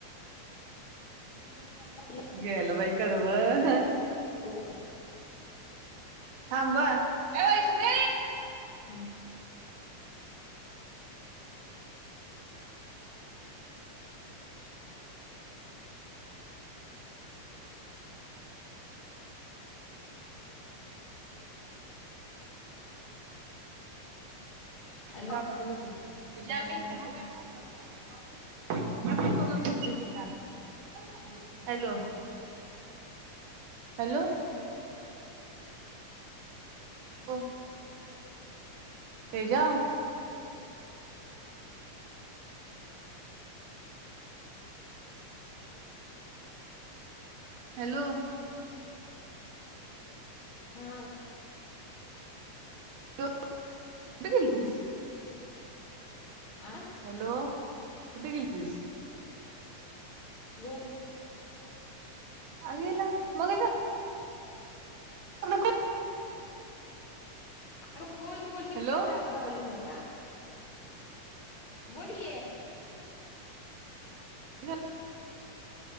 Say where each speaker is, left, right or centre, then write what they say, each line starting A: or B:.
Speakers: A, on the left; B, on the right.
A: दोन वाजता.
B: गेल बाई कड व हा
A: <inaudible>
B: थांबा ए वैश्वय!
A: हम हॅलो.
B: जाता बघते. <unintelligible> हॅलो! हॅलो! हो. तेजव. हॅलो!
A: हा.
B: हॅलो कुठे गेलतीस?
A: आ
B: हॅलो, कुठे गेलतीस?
A: बोल.
B: अग हिला मगाच्या <inaudible>
A: अग बोल बोल <inaudible>
B: हॅलो
A: नव का? बोलकी!
B: <inaudible>